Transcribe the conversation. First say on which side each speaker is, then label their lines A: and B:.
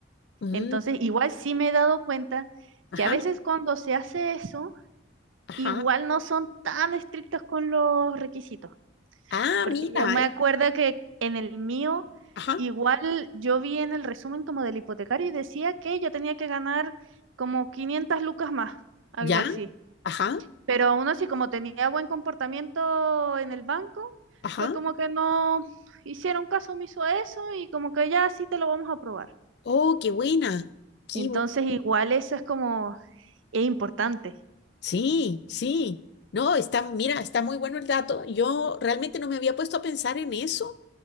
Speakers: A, on the left; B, on the right.
A: mm,
B: Entonces, igual sí me he dado cuenta
A: Ajá.
B: que a veces cuando se hace eso,
A: Ajá.
B: igual no son tan estrictos con los requisitos,
A: Ah,
B: porque
A: mira.
B: yo me
A: eh,
B: acuerdo que en el mío,
A: Ajá.
B: igual yo vi en el resumen como del hipotecario y decía que yo tenía que ganar como 500 lucas más, algo
A: Ya.
B: así.
A: Ajá.
B: Pero aún así, como tenía buen comportamiento en el banco,
A: Ajá.
B: fue como que no hicieron caso omiso a eso y como que ya sí te lo vamos a aprobar.
A: Oh, qué buena. Qué
B: Entonces,
A: buena.
B: igual eso es como, es importante.
A: Sí, sí. No, está, mira, está muy bueno el dato. Yo realmente no me había puesto a pensar en eso